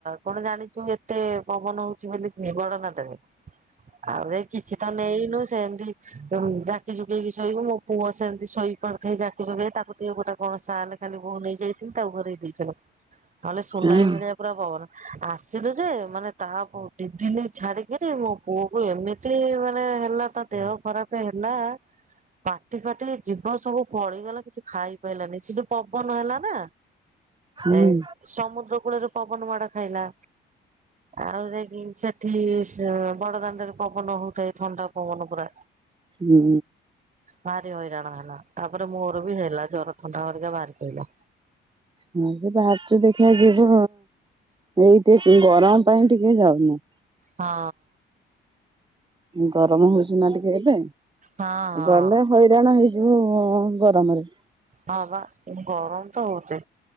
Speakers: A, on the right (about 40°); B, on the right (about 25°).
A: କଣ ଜାଣିଛୁ ଏତେ ପବନ ହଉଛି ବୋଲି କି ବଡଦାଣ୍ଡରେ। ଆଉ ଏ କିଛି ତ ନେଇନୁ ସେମିତି ଜାକି ଜକେଇକି ଶୋଇବୁ ମୋ ପୁଅ ସେମିତି ଶୋଇ କଣ ଖାଇ ଜାକି ଜୋଗେଇ ତାକୁ ଟିକେ ଗୋଟେ କଣ ସାଲ ଖାଲି ବୋଉ ନେଇ ଯାଇଥିଲି ତାକୁ ଘରେଇ ଦେଇଥିଲ। ନହଲେ ସୁନାମି
B: ହୁଁ
A: ଭଳିଆ ପୁରା ପବନ ଆସିଲୁ ଯେ ମାନେ ତାକୁ ଦି ଦିନି ଛାଡିକିରି ମୋ ପୁଅ କୁ ଏମିତି ମାନେ ହେଲା ତା ଦେହ ଖରାପ ହେଲା। ପାଟି ଫାଟି ଯିବ ସବୁ ପଳିଗଲା କିଛି ଖାଇ ପଇଲାନି ସେ ଯୋଉ ପବନ ହେଲା ନା।
B: ହଁ
A: ଏଇ। ସମୁଦ୍ର କୂଳରେ ପବନ ମାଡ ଖାଇଲା ଆଉ ଯାଇକି ସେଠି ସେ ବଡଦାଣ୍ଡରେ ପବନ ହଉଥାଏ ଥଣ୍ଡା ପବନ ପୁରା।
B: ହୁଁ।
A: ଭାରି ହଇରାଣ ହେଲା ତାପରେ ମୋର ବି ହେଲା ଜର ଥଣ୍ଡା ହରିକା ବାହାରି ପଇଲା।
B: ହଁ ସେ ଯାହାରଚି ଦେଖିବା ଯିବୁ ଏଇ ଟେ ଗରମ ପାଇଁ ଟିକେ ଯାଉନ।
A: ହଁ।
B: ଗରମ ହଉଛି ନା ଟିକେ ଏବେ
A: ହଁ ହଁ
B: ଗଲେ ହଇରାଣ ହେଇ ଯଉ ଗରମରେ।
A: ହଁ ବା ଗରମ ତ ହଉଚି